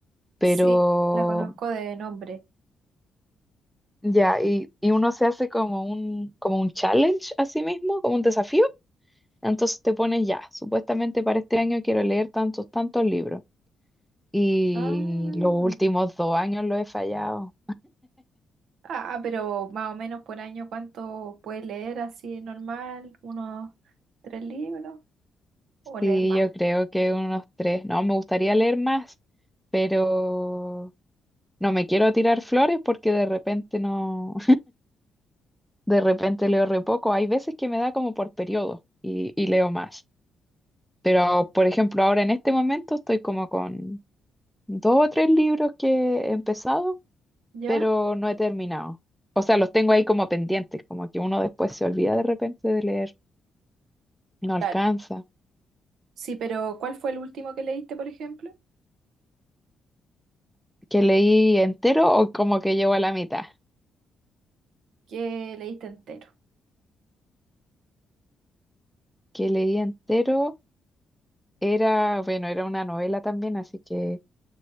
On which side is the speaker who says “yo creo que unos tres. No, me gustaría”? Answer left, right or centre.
Centre